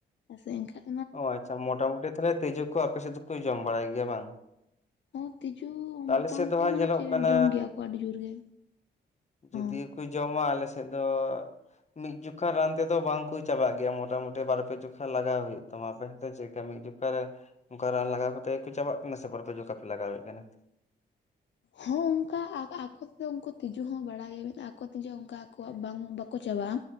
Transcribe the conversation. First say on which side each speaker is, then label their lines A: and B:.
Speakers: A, on the left (about 65°); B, on the left (about 35°).
A: ᱦᱮᱸ ᱥᱮ ᱮᱱᱠᱷᱟᱡᱼᱼ
B: ᱚᱸᱻ ᱟᱪᱪᱷᱟ ᱢᱚᱴᱟᱼᱢᱩᱴᱤ ᱛᱟᱦᱚᱞᱮ ᱛᱤᱡᱩ ᱠᱚ ᱟᱯᱮ ᱥᱮᱜ ᱫᱩᱠᱩ ᱡᱚᱢ ᱵᱟᱲᱟᱭ ᱜᱮᱭᱟ ᱵᱟᱝ?
A: ᱦᱚᱸ ᱛᱤᱡᱩ ᱢᱚᱴᱟ-ᱢᱩᱴᱤ
B: ᱟᱞᱮ ᱥᱮᱫ ᱫᱚ ᱦᱟᱸᱜ
A: ᱢᱟᱱᱮ
B: ᱧᱮᱞᱚᱜ
A: ᱪᱮᱜ
B: ᱠᱟᱱᱟ
A: ᱡᱚᱢ ᱜᱮᱭᱟ ᱠᱚ ᱟᱰᱤ ᱡᱩᱨ ᱜᱮ᱾
B: ᱡᱩᱫᱤ
A: ᱦᱚᱸ
B: ᱠᱩ ᱡᱚᱢᱟ ᱟᱞᱮ ᱥᱮᱜ ᱫᱚᱼᱼ ᱢᱤᱫ ᱡᱩᱠᱷᱟ ᱨᱟᱱ ᱛᱮᱫᱚ ᱵᱟᱝ ᱠᱩ ᱪᱟᱵᱟᱜ ᱜᱮᱭᱟ ᱢᱚᱴᱟᱼᱢᱩᱴᱤ ᱵᱟᱨ ᱯᱮ ᱡᱚᱠᱷᱟ ᱞᱟᱜᱟᱣ ᱦᱩᱭᱩᱜ ᱛᱟᱢᱟ ᱵᱮᱥ ᱛᱮ <inaudible> ᱚᱠᱟ ᱨᱮ ᱚᱱᱠᱟ ᱨᱟᱱ ᱞᱟᱜᱟᱣ ᱠᱟᱛᱮᱜ ᱠᱩ ᱪᱟᱵᱟᱜ ᱠᱟᱱᱟ ᱥᱮ ᱵᱟᱨ ᱯᱮ ᱡᱚᱠᱟ ᱯᱮ ᱞᱟᱜᱟᱣᱮᱜ ᱠᱟᱱᱟ?
A: ᱦᱚᱸᱜ ᱚᱝᱠᱟ ᱟᱠ ᱟᱠᱩ ᱛᱮᱫᱚ ᱩᱱᱠᱩ ᱛᱤᱡᱩ ᱦᱚᱸ ᱵᱟᱲᱟᱭᱟ ᱵᱮᱱ ᱟᱠᱚ ᱛᱤᱡᱩ ᱚᱱᱠᱟ ᱟᱠᱚᱣᱟᱜ ᱵᱟᱝ ᱵᱟᱹᱠᱼᱼ ᱠᱚ ᱪᱟᱵᱟᱜ-ᱟ